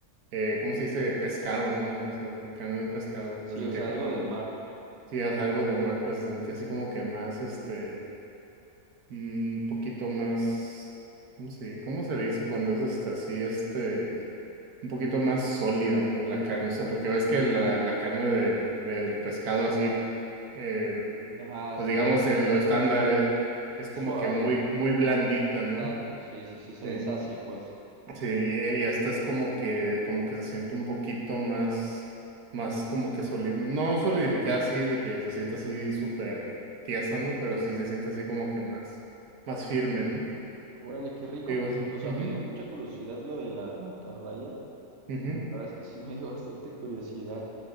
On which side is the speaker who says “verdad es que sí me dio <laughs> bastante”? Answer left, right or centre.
Right